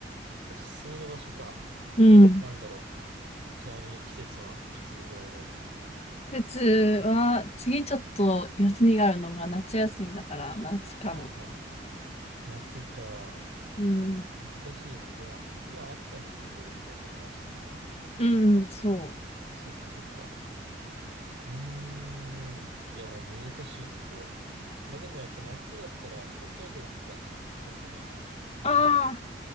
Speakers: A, on the right; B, on the left.
A: おすすめの場所か。
B: うん。
A: え、なんだろう。ちなみに季節はいつぐらいがいいの
B: 季節は、次ちょっと休みがあるのが夏休みだから、夏かな。
A: はいはい。夏か。
B: うん。
A: 難しいね。でも、今、秋田に住んでるっておっしゃってましたもんね。
B: うん、そう。
A: そっかそっか。うーん。いや、もう難しいね、それは。まあでもやっぱ夏だったら、北海道とか、逆に
B: ああ。
A: なんか、